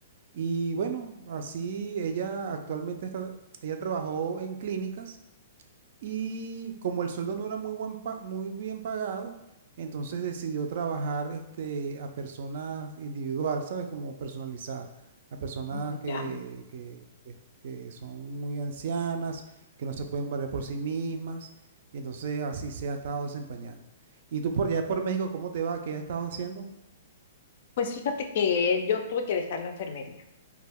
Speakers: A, on the right; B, on the left.
A: Y bueno, así ella actualmente está, ella trabajó en clínicas y como el sueldo no era muy, buen pa- muy bien pagado, entonces decidió trabajar este, a personas individual, ¿sabes? Como personalizadas, a personas
B: Oh,
A: que,
B: ya.
A: que, que- que son muy ancianas, que no se pueden valer por sí mismas, y entonces así se ha estado desempeñando. ¿Y tú por allá por México, cómo te va? ¿Qué has estado haciendo?
B: Pues fíjate que yo tuve que dejar la enfermería.